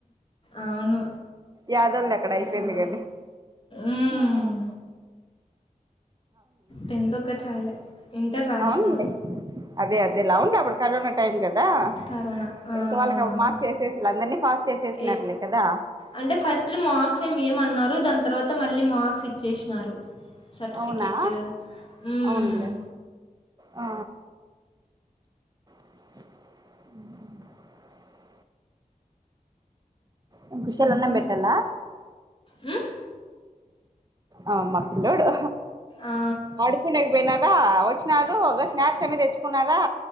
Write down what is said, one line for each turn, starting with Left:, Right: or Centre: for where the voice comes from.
Left: అవును
Right: యాదోళ్ళు అక్కడ
Left: అసలు
Right: అయిపోయింది కానీ
Left: ఉమ్
Right: హ్మ్,
Left: టెన్త్ ఒక్కటీ రాయలే ఇంటర్ రాసినాం.
Right: అవునడి అదే అదేలావుండి అప్పుడు కరోనా టైం కదా
Left: కరోనా.
Right: టెన్త్
Left: ఆ!
Right: వాళ్ళకి మార్క్స్ చేసేస అందరినీ పాస్ చేసేసినట్లే
Left: ఏ
Right: కదా
Left: అంటే ఫస్ట్ మార్క్స ఏమి ఏమన్నారు దాని తర్వాత మళ్ళీ మార్క్స్ ఇచ్చేసినారు సార్టిఫికేట్
Right: అవునా
Left: ఉమ్మ్
Right: అవునులే ఆ అ కుఖషాల
Left: ఇంకా
Right: అన్నం పెట్టలా
Left: మ్మ్?
Right: ఆ మా పిల్లోడు
Left: ఆ,
Right: ఆడుకునేకపోయినారా వచ్చినడు ఒక స్నాక్స్ అనే తెచ్చుకున్నారా